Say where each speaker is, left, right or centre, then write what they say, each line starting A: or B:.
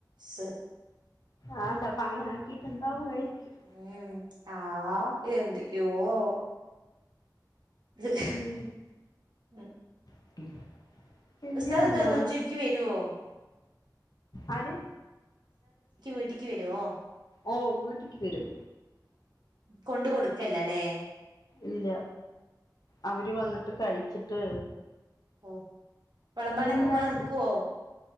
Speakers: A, on the right (about 70°); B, on the left (about 60°).
A: സ്
B: ആഹ് ചെലപ്പോ അങ്ങനെ ആക്കിട്ടുണ്ടാവായിരിക്കും
A: ഉം ആഹ് എന്തൊക്കെയോ ആവോ <unintelligible>
B: ഉം
A: ഉം
B: <unintelligible> പിന്നീട്
A: ഉസ്താദ്
B: എന്താണ്
A: എന്തായിരുന്നു ഉച്ചക്ക് വരുവോ
B: ആര്
A: വീട്ടക്ക് വരേഒ
B: ഓ വീട്ടിക്ക് വരും
A: കൊണ്ട് കൊടു ല്ലല്ലേ
B: ഇല്ല അവര് വന്നിട്ട് കഴിച്ചിട്ട്
A: ഓ വിളമ്പാനൊക്കെ
B: മൂന്ന
A: ഉമ്മ
B: നേര
A: നിക്കുവോ